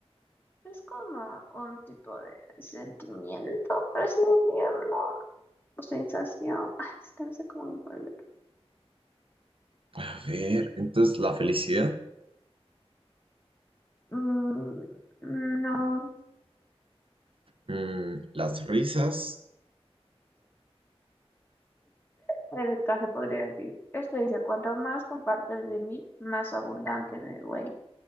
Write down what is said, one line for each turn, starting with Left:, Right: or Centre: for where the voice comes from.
Left: Es como un tipo de sentimiento, por así decirlo, o sensación. Ay, es que no sé cómo ponerlo.
Right: A ver, entonces la felicidad,
Left: Mm, no,
Right: mm, las risas,
Left: cerca se podría decir. Esto dice, cuanto más compartes de mí, más abundante me vuelvo.